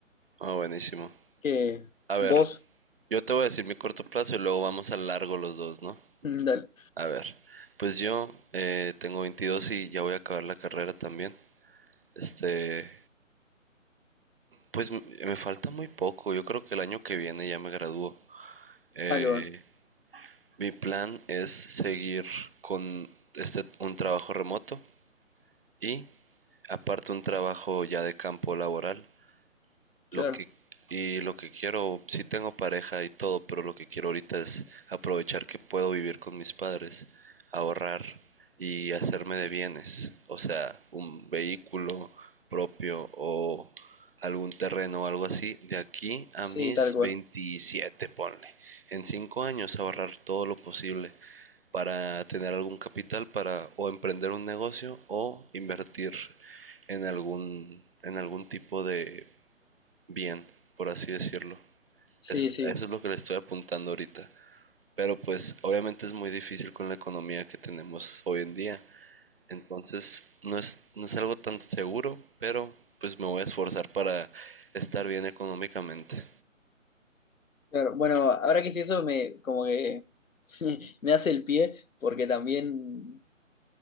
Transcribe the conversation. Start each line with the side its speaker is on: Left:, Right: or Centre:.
Right: Ah, buenísimo.
Left: que
Right: A ver,
Left: vos,
Right: yo te voy a decir mi corto plazo y luego vamos a largo los dos, ¿no?
Left: Mm, dale.
Right: A ver, pues yo eh, tengo 22 y ya voy a acabar la carrera también. Este, pues m- me falta muy poco. Yo creo que el año que viene ya me gradúo. Eh,
Left: Ah, qué bueno.
Right: Mi plan es seguir con este un trabajo remoto y aparte un trabajo ya de campo laboral
Left: Claro.
Right: lo que, y lo que quiero, sí tengo pareja y todo, pero lo que quiero ahorita es aprovechar que puedo vivir con mis padres, ahorrar y hacerme de bienes, o sea, un vehículo propio o algún terreno o algo así, de aquí a
Left: Sí,
Right: mis
Left: tal cual.
Right: 27 ponle. En 5 años ahorrar todo lo posible para tener algún capital para o emprender un negocio o invertir en algún, en algún tipo de bien, por así decirlo.
Left: Sí,
Right: Es-
Left: sí.
Right: eso es lo que le estoy apuntando ahorita. Pero pues obviamente es muy difícil con la economía que tenemos hoy en día. Entonces no es, no es algo tan seguro, pero pues me voy a esforzar para estar bien económicamente.
Left: Claro. Bueno, ahora que sí eso me como que <laughs> me hace el pie, porque también,